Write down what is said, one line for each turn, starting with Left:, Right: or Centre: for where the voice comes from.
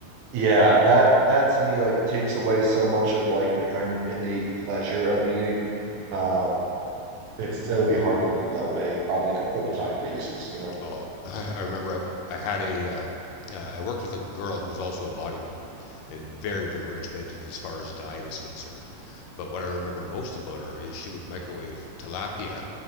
Right: yeah, that that to me like takes away so much of like the kind of innate pleasure of eating. Um it's that would be hard to live that way on like a full-time basis, you know?
Left: oh, I, I remember I, well, I had a, uh, uh, I worked with a girl who was also a bodybuilder and very, very regimented as far as diet is concerned. But what I remember most about her is she would microwave tilapia